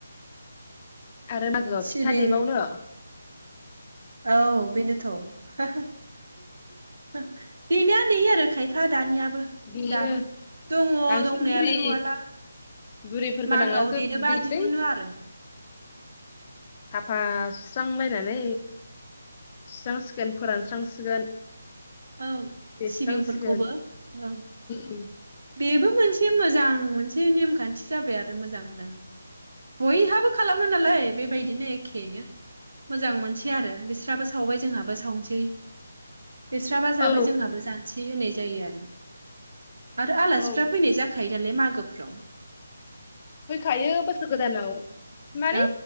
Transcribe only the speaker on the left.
आरो मागोआव
फिथा देबावनो
देयो
बांसिन
बुरि
बुरिफोर गोनाङासो
देयोलै
साफा सुस्रांलायनानै सुस्रांसिगोन फोरानस्रांसिगोन।
देस्रांसिगोन
उम
औ
औ
फैखायो बोसोर गोदानाव माने